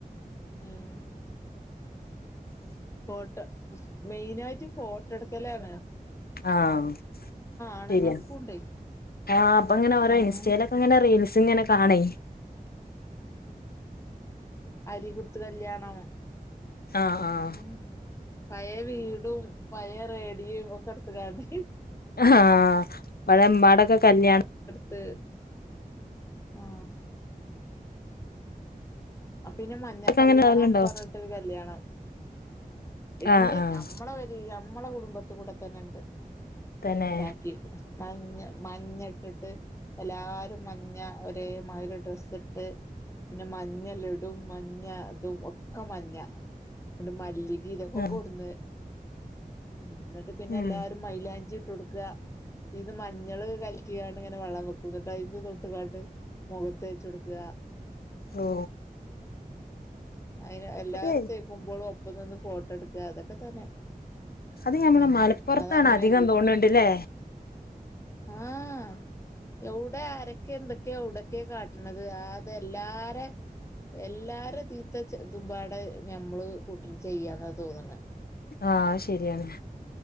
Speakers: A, on the left; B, on the left.
A: ഉം ഫോട്ടോ മെയിന് ആയിട്ട് ഫോട്ടട്ക്കലാണ്
B: ആഹ്
A: ആണുങ്ങൾക്കുണ്ടേ
B: ശരിയാ ആഹ് ഇപ്പങ്ങനെ ഓരോ
A: ഉം
B: ഇൻസ്റ്റയിലൊക്കെങ്ങനെ റീൽസ് ഇങ്ങനെ കാണേ
A: അരികുത്ത് കല്യാണം
B: ആഹ് ആഹ്
A: ഉം പയേ വീട് ടും പയേ റേഡിയും ഒക്കെ ഇട്ത്ങ്ങാണ്ട്
B: ആഹ് പഴേ ഇമ്മാടെയൊക്കെ കല്യാണം
A: ത്ത് ആഹ് പിന്നെ മഞ്ഞ കല്യാണം
B: അങ്ങനെ ഉണ്ടാവലുണ്ടോ
A: പറഞ്ഞിട്ട് ഒരു കല്യാണം ഇണ്ട്
B: ആഹ് ആഹ്
A: ഞമ്മളെ പെരീ ഞമ്മളെ കുടുംബത്ത്ക്കൂടെ തന്നെണ്ട്
B: തന്നെ
A: ഇണ്ടാക്കി മഞ്ഞ മഞ്ഞട്ടിട്ട് എല്ലാരും മഞ്ഞ ഒരേമാതിരി ഡ്രെസ്സ് ഇട്ട് പിന്നെ മഞ്ഞ മഞ്ഞ ലഡൂ മഞ്ഞ ഇതും ഒക്കെ മഞ്ഞ ഇങ്ങട്ട് മല്ലികീം ഇതൊക്കെ
B: ആഹ്
A: കൊടുന്ന് എന്നട്ട് പിന്നെ
B: ഉം
A: എല്ലാരും മൈലാഞ്ചി ഇട്ട് കൊടുക്ക പിന്നെ മഞ്ഞള് കലക്കീങ്ങാണ്ട് ഇങ്ങനെ വള്ളം വെക്കും ന്നട്ട് അയ്ന്ന് തൊട്ട്ങ്ങാണ്ട് മുഖത്തേച്ച് കൊടുക്ക
B: ഓ
A: അയിന് എല്ലാരും
B: അതെ
A: തേക്കുമ്പളും ഒപ്പം നിന്ന് ഫോട്ടട്ക്ക അതൊക്കെ തന്നെ
B: അത് ഞമ്മള്
A: ആഹ്
B: മലപ്പുറത്താണ്
A: അതങ്ങനെ
B: അധികം
A: ഒരു വിധം
B: തോന്ന്ണ്ടല്ലേ
A: ആഹ് എവ്ടെ ആരൊക്കെ എന്തൊക്കെയ എവ്ടെ ക്കെ കാട്ടണത് അതെല്ലാരെ എല്ലാരതീത്തച്ചതുമ്പാടെ ഞമ്മള് കൂട്ടര് ചെയ്യാന്ന തോന്നണ്.
B: ആഹ് അത് ശരിയാണ്